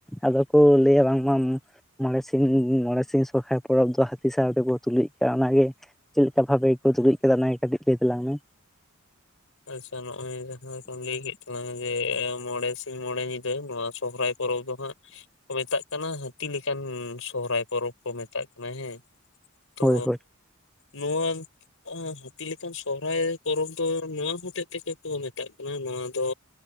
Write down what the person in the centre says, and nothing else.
ᱟᱫᱚ ᱠᱚ ᱞᱟᱹᱭᱟ ᱵᱟᱝᱢᱟᱢ ᱩᱢ ᱢᱚᱬᱮ ᱥᱤᱧ ᱢᱚᱬᱮ ᱥᱤᱧ ᱥᱚᱨᱦᱟᱭ ᱯᱚᱨᱚᱵᱽ ᱫᱚ, ᱦᱟᱹᱛᱤ ᱥᱟᱶ ᱛᱮᱠᱚ ᱛᱩᱞᱩᱡ ᱠᱟᱜᱼᱟ, ᱚᱱᱟᱜᱮ ᱪᱮᱫ ᱞᱮᱠᱟ ᱵᱷᱟᱵ ᱜᱮ ᱠᱚ ᱛᱩᱲᱩᱡ ᱟᱠᱟᱫᱟ ᱚᱱᱟ ᱠᱟᱹᱴᱤᱡ ᱞᱟᱹᱭ ᱛᱟᱞᱟᱝ ᱢᱮ,
ᱦᱳᱭ ᱦᱳᱭ